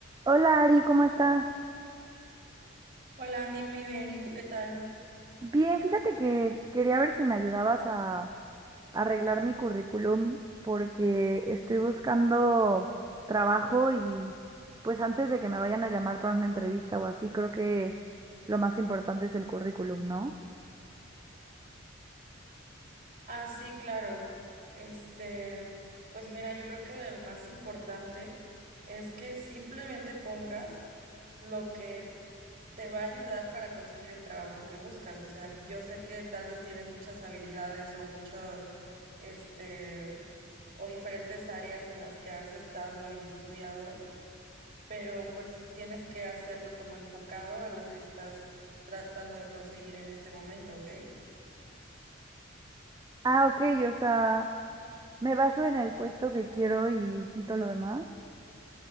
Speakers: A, on the right; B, on the right.
A: Hola Ari, ¿cómo estás?
B: Hola Andy, muy bien. ¿Y tú qué tal?
A: Bien, fíjate que quería ver si me ayudabas a arreglar mi currículum porque estoy buscando trabajo y pues antes de que me vayan a llamar para una entrevista o así, creo que lo más importante es el currículum, ¿no?
B: Ah, sí, claro. Este, pues mira, yo creo que lo más importante es que simplemente pongas lo que te va a ayudar para conseguir el trabajo que buscas. O sea, yo sé que tal vez tienes muchas habilidades o mucho, este, o diferentes áreas en las que has estado y estudiado, pero pues tienes que hacerlo como enfocado a lo que estás tratando de conseguir en este momento, ¿ok?
A: Ah, ok, o sea, me baso en el puesto que quiero y quito lo demás.